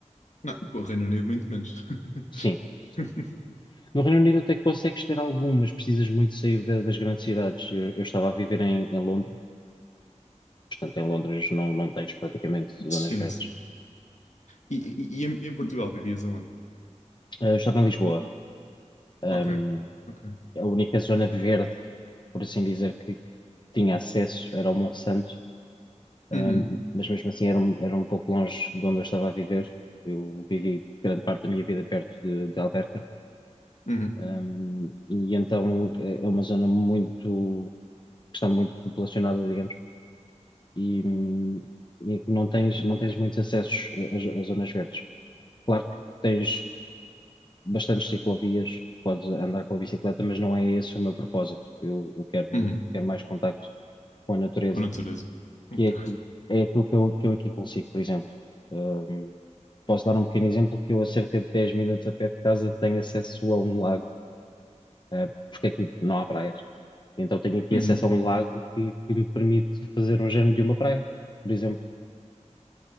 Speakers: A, on the left; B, on the left.
A: Não, pô, Reino Unido muito menos.
B: Sim,
A: <laughs>
B: sim. No Reino Unido até que consegues ter algum, mas precisas muito sair da- das grandes cidades. Eu, eu estava a viver em, em Londres, portanto, em Londres não, não tens praticamente zonas
A: Sim,
B: verdes.
A: sim. E, e, e em, e em Portugal vivias aonde?
B: Ah, eu estava em Lisboa. Ahm,
A: Ok. Ok.
B: a única zona verde, por assim dizer, que, que tinha acesso era ao Monsanto, Um,
A: Uhum.
B: mas mesmo assim era um, era um pouco longe de onde eu estava a viver. Eu vivi grande parte da minha vida perto de, de Alverca.
A: Uhum.
B: Um, e então é é uma zona muito, que está muito populacionada, digamos, e, hum, e que não tens, não tens muitos acessos a, a- a zonas verdes. Claro que tens bastantes ciclovias, podes andar com a bicicleta, mas não é esse o meu propósito. Eu, eu quero,
A: Uhum.
B: quero mais contacto com a natureza
A: Com natureza. Ok.
B: que é, aqui, é aquilo que eu, que eu aqui consigo, por exemplo. Ahm, posso dar um pequeno exemplo que eu, a cerca de 10 minutos a pé de casa, tenho acesso a um lago, eh, porque aqui não há praias. Então tenho aqui
A: Uhum.
B: acesso a um lago que, que me permite fazer um género de uma praia, por exemplo,